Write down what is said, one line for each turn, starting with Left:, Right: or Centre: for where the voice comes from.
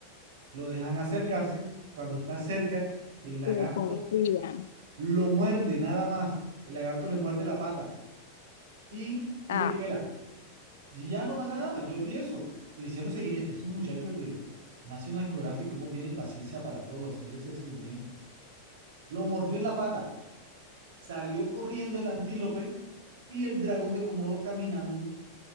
Right: lo dejan acercarse. Cuando está cerca, el lagarto
Left: le confían.
Right: lo muerde nada más. El lagarto le muerde la pata y, y
Left: Ah,
Right: lo libera. Y ya no pasa nada, yo vi eso. Le hicieron seguimiento. Esos muchachos de National Geographic, ¿cómo tienen paciencia para todo? Hacerles ese seguimiento. Lo mordió en la pata, salió corriendo el antílope y el dragón de Komodo caminando